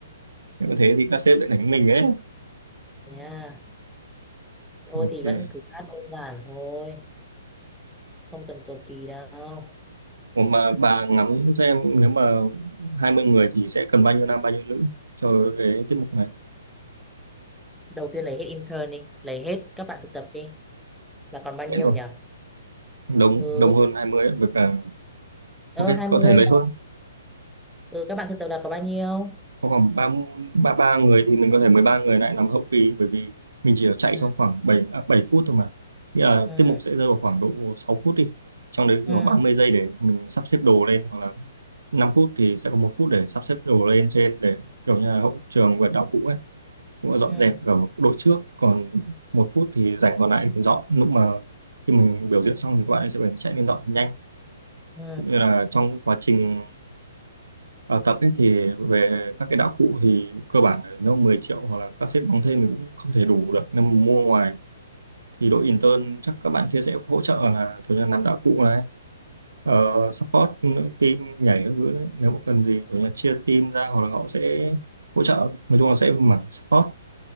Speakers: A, on the right (about 75°); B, in the centre.
A: Nếu mà thế thì các sếp lại đánh mình ấy
B: nha thôi
A: ok
B: thì vẫn cứ hát đơn giản thôi không cần cầu kỳ đâu
A: Ủa mà bà ngắm xem nếu mà 20 người thì sẽ cần bao nhiêu nam bao nhiêu nữ cho cái tiết mục này
B: đầu tiên lấy hết intern đi lấy hết các bạn thực tập đi là còn bao
A: hết
B: nhiêu
A: luôn
B: nhỉ
A: đông
B: ừ
A: đông hơn 20, với cả
B: ơ
A: Ok,
B: hai
A: có
B: mươi
A: thể lấy hơn.
B: ừ các bạn thực tập là có bao nhiêu
A: Có khoảng ba ba ba người thì mình có thể 13 người lại làm hậu kỳ bởi vì mình chỉ chạy
B: ừ
A: trong khoảng 7 à, 7 phút thôi mà. Nghĩa là
B: ừ
A: tiết mục sẽ rơi vào khoảng độ 6 phút đi. Trong đấy
B: ừ
A: khoảng ba mươi giây để mình sắp xếp đồ lên hoặc là 5 phút thì sẽ có một phút để sắp xếp đồ lên trên để kiểu như là hậu trường và đạo cụ ấy cũng là dọn
B: ừ
A: dẹp ở đội trước còn một phút thì dành còn lại để dọn lúc mà khi mình biểu diễn xong thì các bạn ấy sẽ phải chạy lên dọn thật nhanh
B: ừ,
A: cũng như là trong quá trình Ờ, tập ấy thì về các cái đạo cụ thì cơ bản là nó mười triệu hoặc là các sếp đóng thêm thì cũng không thể đủ được nên mà mua ngoài thì đội intern chắc các bạn kia sẽ hỗ trợ là kiểu như là làm đạo cụ này ờ, support team nhảy các thứ đấy. nếu mà cần gì kiểu như là chia team ra hoặc là họ sẽ hỗ trợ nói chung là sẽ mảng support